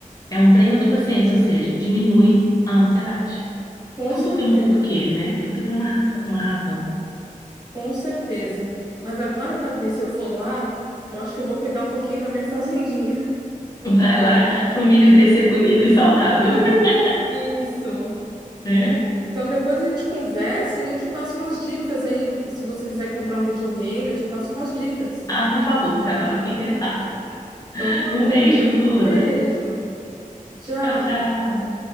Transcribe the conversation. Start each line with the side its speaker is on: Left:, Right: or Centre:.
Left: É um treino de paciência, ou seja, diminui a ansiedade.
Right: Com
Left: Tudo
Right: certeza,
Left: tem um porquê, né? Tudo tem uma raça- uma razão.
Right: com certeza. Mas agora, Patrícia, eu vou lá, que eu acho que eu vou cuidar um pouquinho da minha <laughs> fazendinha.
Left: Vai lá pro milho crescer bonito e saudável, <laughs>
Right: Isso.
Left: né?
Right: Então depois a gente conversa e eu te passo umas dicas aí. Se você quiser comprar um videogame, eu te passo umas dicas.
Left: Ah, por favor, porque agora eu fiquei interessada.
Right: Então tá
Left: Um
Right: bom.
Left: beijo, Bruna.
Right: Beijo. Tchau.
Left: Tchau, tchau.